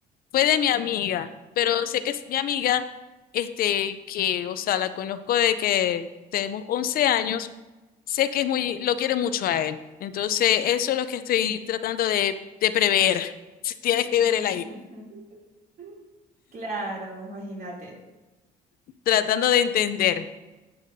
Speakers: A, on the left; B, on the right.
A: Fue de mi amiga, pero sé que es mi amiga, este, que, o sea, la conozco de que tenemos 11 años, sé que es muy, lo quiere mucho a él. Entonces, eso es lo que estoy tratando de, de prever. <laughs> Tiene que
B: Mm.
A: ver él ahí,
B: <laughs> Claro, imagínate.
A: tratando de entender.